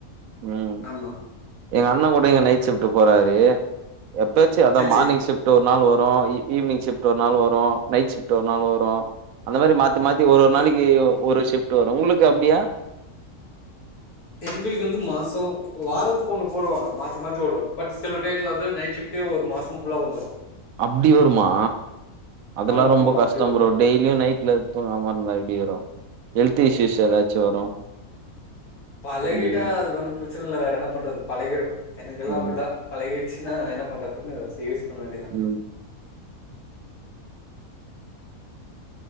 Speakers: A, on the right (about 70°); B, on the left (about 80°).
A: ம்
B: மா
A: எங்க அண்ணே கூட இங்க நைட் ஷிப்ட் போறாரு எப்பயாச்சு அதா
B: சேரி
A: மார்னிங்
B: சேரி
A: ஷிப்ட் டு ஒரு நாள் வரு ஈ ஈவினிங் ஷிப்ட் ஒரு நாள் வரு நைட் ஷிப்ட் ஒரு நாள் வரு அந்த மாதிரி மாத் தி மாத்தி ஒரு ஒரு நாளைக்கு
B: ஓகே
A: ஒரு ஷிப்ட் வரு உங்களுக் அப்டியா
B: எங்களுக் வந்து மாசோ வாரத்துக்கு ஒன்னு போடுவாங்க மாத்தி மாத்தி ஒருக்கா பட் சில டைத்ல வந்து நைட் ஷிப்ட் டே ஒரு மாசோ ஃபுல்லா வந்துரு
A: அப்டி வருமா அதெல்லா
B: ஆ
A: ரொம்ப
B: ஆமா
A: கஷ்டோ
B: அப்டி வந்துரு
A: ப்ரோ டெய் லியு நைட்ல தூங்காம இருந்தா எப்டி வரு ஹெல்த் இஸ்யூஸ் ஏதாச்சு வரு
B: பழகிட்டா
A: ம்
B: அது ஒன்னும் பிரச்சன இல்ல வேற என்ன பண்றது பழகிடு எனக்கெல்லா
A: ம்
B: அப்டிதா பழகிருச்சுன்னா என்ன பண்றதுன்னு ஸ் யூஸ் பண்ண வேண்டிதா
A: ம்